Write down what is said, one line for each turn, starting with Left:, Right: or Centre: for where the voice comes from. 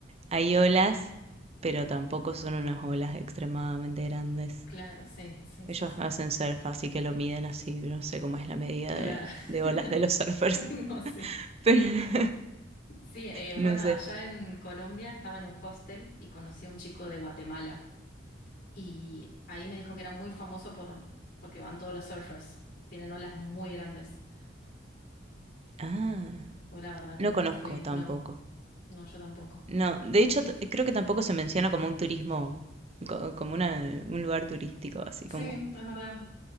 Right: hay olas, pero tampoco son unas olas extremadamente grandes.
Left: claro, sí, sí,
Right: Ellos
Left: sí, sí.
Right: hacen surf, así que lo miden así, no sé cómo es la medida
Left: Claro.
Right: de, de olas
Left: <laughs>
Right: de los surfers.
Left: No, sí.
Right: <laughs> Pero <laughs>
Left: Sí, eh, bueno,
Right: no sé.
Left: allá en Colombia estaba en un hostel y conocí a un chico de Guatemala y ahí me dijo que era muy famoso por, porque van todos los surfers, tienen olas muy grandes.
Right: Ah,
Left: Yo la verdad que
Right: no
Left: nunca
Right: conozco
Left: fui,
Right: tampoco.
Left: no, no, yo tampoco.
Right: No, de hecho t- creo que tampoco se menciona como un turismo, co- como una- un lugar turístico, así
Left: Sí,
Right: como
Left: es verdad.